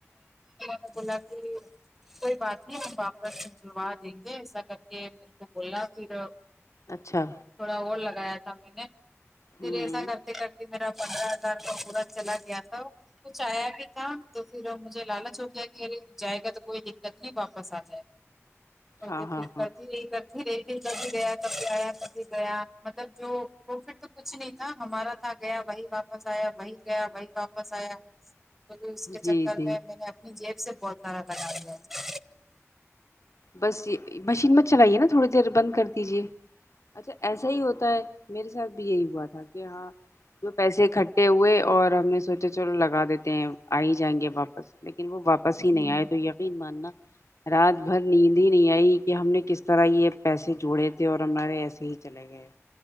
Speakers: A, in the centre; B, on the left.
A: نے بولا کہ کوئی بات نہیں ہم واپس سلوا دیں گے ایسا کر کے میرے کو بولا پھر
B: اچھا
A: تھوڑا اور لگایا تھا میں نے پھر
B: ہوں
A: ایسا کرتے کرتے میرا پندرہ ہزار کا پورا چلا گیا تھا کچھ آیا بھی تھا تو پھر مجھے لالچ ہو گیا کہ جائے گا تو کوئی دقت نہیں واپس آ جائے گا اور
B: ہاں
A: تو
B: ہاں
A: کتا
B: ہاں
A: نہیں کر ھی رہیکتی کبھی گیا کبھی آیا کبھی گیا مطلب جو پرفٹ تو کچھ نہیں تھا ہمارا گیا وہی واپس آیا وہی گیا وہی واپس آیا اس کے
B: جی
A: چکر
B: جی
A: میں میں نے اپنی جیب سے بہتارا لگا دیا ہے
B: بس یہ مشین مت چلائیے نا تھوڑی دیر بند کر دیجے اچھا ایسا ہی ہوتا ہے میرے ساتھ بھی یہی ہوا تھا کہ ہاں تو پیسے اکٹھے ہوئے اور ہم نے سوچا چلو لگا دیتے ہیں آ ہی جائیں گے واپس لیکن وہ واپس ہی
A: ہوں
B: نہیں آئے تو یقین ماننا رات بھر نیند ہی نہیں آئی کہ ہم نے کس طرح یہ پیسے جوڑے تھے اور ہمارے ایسے ہی چلے گئے